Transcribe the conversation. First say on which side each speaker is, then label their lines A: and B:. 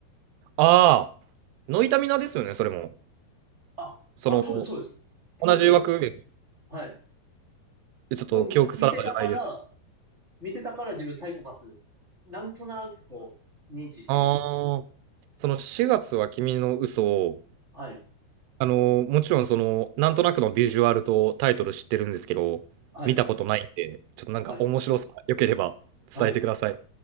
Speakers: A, on the right; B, on the right.
A: ああ、ノイタミナですよね、それも。
B: あ、
A: その、
B: あ、多分そうです。多分そうです。
A: 同じ枠で、
B: はい。
A: ちょっと記憶定かじゃないです
B: をみ見てたから、見てたから自分サイコパス、なんとなくこう、認知してる。
A: ああ、その4月は君の嘘を、
B: はい。
A: あの、もちろんその、なんとなくのビジュアルとタイトル知ってるんですけど、
B: はい。
A: 見たことないんで、ちょっとなんか面白さ、
B: はい。
A: 良ければ伝えてください。
B: はい。